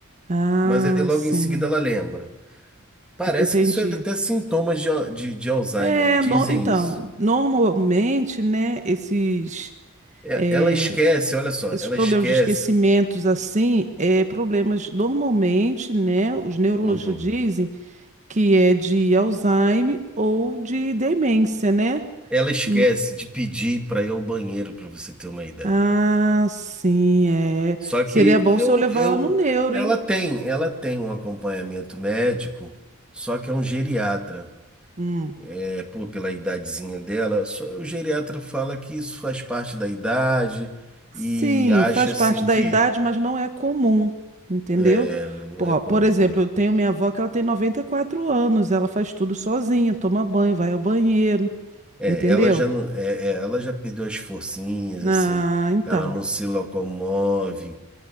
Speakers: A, on the right (about 35°); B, in the centre.
A: Ah,
B: mas aí logo
A: sim.
B: em seguida ela lembra. Parece
A: Eu entendi.
B: que isso é até sintomas de, al- de, de Alzheimer,
A: É,
B: dizem
A: no- então,
B: isso.
A: normalmente, né, esses,
B: É,
A: é,
B: ela esquece, olha só,
A: esses
B: ela
A: problemas
B: esquece.
A: de esquecimentos, assim, é problemas, normalmente, né, os neurologistas
B: Uhum.
A: dizem que é de Alzheimer ou de demência, né?
B: Ela esquece
A: Hum,
B: de pedir para ir ao banheiro, para você ter uma ideia.
A: Ah, sim, é.
B: Só que
A: Seria bom
B: eu,
A: se eu levar
B: eu,
A: ela no neuro,
B: ela
A: hein?
B: tem, ela tem um acompanhamento médico, só que é um geriatra.
A: Hum.
B: É, pô, pela idadezinha dela, só- o geriatra fala que isso faz parte da idade
A: Sim,
B: e acha
A: faz
B: assim
A: parte
B: que
A: da idade, mas não é comum, entendeu?
B: é, não
A: Pô,
B: é comum,
A: por exemplo,
B: né?
A: eu tenho minha avó que ela tem 94 anos, ela faz tudo sozinha, toma banho, vai ao banheiro,
B: É,
A: entendeu?
B: ela já não, é, é, ela já perdeu as forcinhas,
A: Ah,
B: assim,
A: então.
B: ela não se locomove,